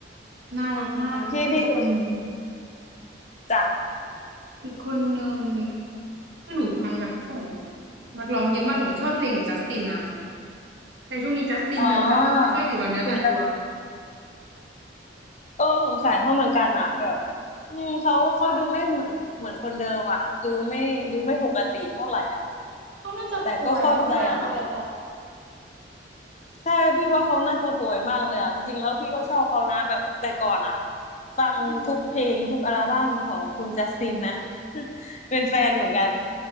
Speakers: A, on the right; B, on the left.
A: น่ารักมากแล้วก็อีกคนนึง
B: อืมอืมอืมพี่พี่เคยจ้ะ
A: อีกคนนึงคือหนูฟังแบบของนักร้องเยอะมากหนูชอบเพลงของจัสตินนะแต่ช่วงนี้จัสตินแบบสติไม่ค่อยอยู่กับเนื้อกับตัว
B: อ๋อคุณตาโอ้สงสัยเขาเหมือนกันอะแบบอืมเขาเขาดูไม่เหมือนเหมือนคนเดิมอะดูไม่ดูไม่ปกติเท่าไหร่อะ
A: เขาน่าจะป่วยมากๆเลยค่ะ
B: แต่ก็เข้าใจอะเนาะใช่พี่ว่าเขาน่าจะป่วยมากเลยอะจริงๆแล้วพี่ก็ชอบเขานะแบบแต่ก่อนอะฟังทุกเพลงทุกอัลบั้มของคุณจัสตินนะ
A: อืม
B: <laughs> เป็นแฟนเหมือนกัน